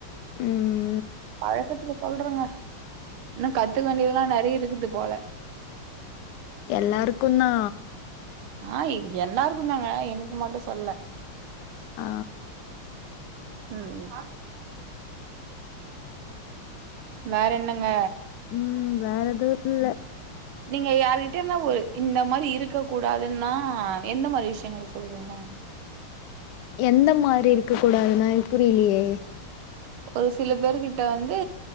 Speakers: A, on the left; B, on the right.
A: ம்
B: பழக்கத்துல சொல்றேங்க இன்னு கத்துக்க வேண்டியதல்லா நெறைய இருக்குது போல
A: எல்லாருக்கு தா
B: ஆ எல்லாருக்கு தாங்க எனக்கு மட்டு சொல்லல
A: ஆ
B: ம் வேற என்னங்க
A: ம் வேற எது இல்ல
B: நீங்க யாருகிட்ட இருந்தோ ஒரு இந்த மாறி இருக்க கூடாதுன்னா எந்த மாறி விஷயங்கள் சொல்லுவீங்க
A: எந்த மாறி இருக்க கூடாதுன்னா எனக்கு புரியலயே
B: ஒரு சில பேரு கிட்ட வந்து